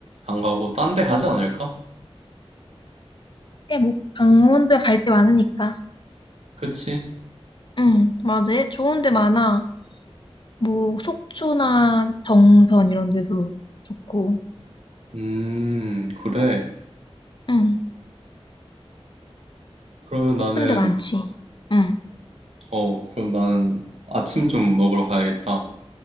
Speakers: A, on the right; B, on the left.
A: 안 가고 딴데 가지 않을까?
B: 그래 뭐 강원도에 갈 데 많으니까.
A: 그치?
B: 응. 맞아. 좋은 데 많아. 뭐 속초나 정선 이런 데도 좋고.
A: 음, 그래.
B: 응.
A: 그러면 나는,
B: 예쁜 데 많지. 응.
A: 어, 그럼 나는 아침 좀 먹으러 가야겠다.